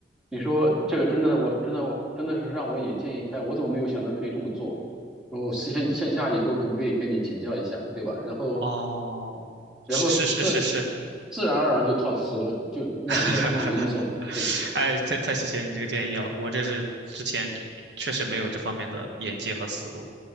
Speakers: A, in the centre; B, on the right.
A: 你说这个真的，我真的我真的是让我眼界一开，我怎么没有想到可以这么做？然后线线下以后可不可以跟你请教一下，对吧？然后
B: 哦，
A: 然后自
B: 是是是是是。
A: 自然而然就套词了，就让人家对你有印象了，
B: <laughs>
A: 对不对？
B: 哎，太太谢谢你这个建议了，我这是之前确实没有这方面的眼界和思路。